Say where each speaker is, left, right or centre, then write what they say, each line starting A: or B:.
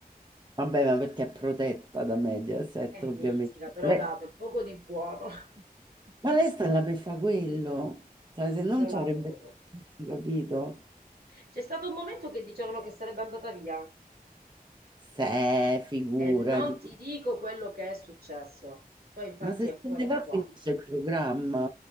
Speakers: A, on the right; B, on the right.
A: Vabbè, ma perché è protetta da Mediaset,
B: È mitica,
A: ovviamente.
B: però
A: Lei-
B: dà del poco di buono. <laughs>
A: ma lei sta là per fare quello. Cioè, se non
B: Io
A: ci
B: la
A: avrebbe
B: adoro.
A: senso, capito?
B: C'è stato un momento che dicevano che sarebbe andata via.
A: Se, figurati.
B: E non ti dico quello che è successo. Poi infatti
A: Ma se
B: ancora
A: se ne
B: è
A: va
B: qua.
A: finisce il programma.